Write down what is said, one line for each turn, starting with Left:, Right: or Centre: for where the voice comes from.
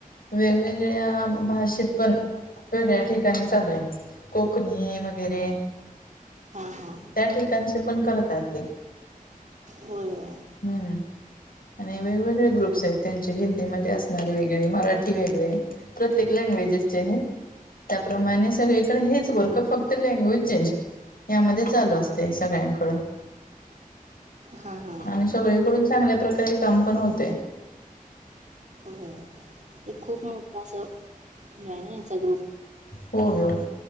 Left: वेगवेगळ्या भाषेत पण वेगळ्या ठिकाणी चालूय, कोकणी वगैरेऽ
Right: हा हा.
Left: त्या ठिकाणचे पण करतात ते.
Right: होय होय.
Left: हम्म. आणि वेगवेगळे ग्रुप्स आहेत त्यांचे, हिंदीमध्ये असणारे वेगळे, मराठी वेगळे, प्रत्येक लँग्वेजेसचे हायत. त्याप्रमाणे सगळीकडे हेच वर्क, फक्त लँग्वेज चेंज. यामध्ये चालू असतय सगळ्यांकडं.
Right: हा हा
Left: आणि सगळीकडून चांगल्या प्रकारे काम पण होतय.
Right: होय ते खूप मोठं असं, हे आहे ना यांचा ग्रुप.
Left: होय होय,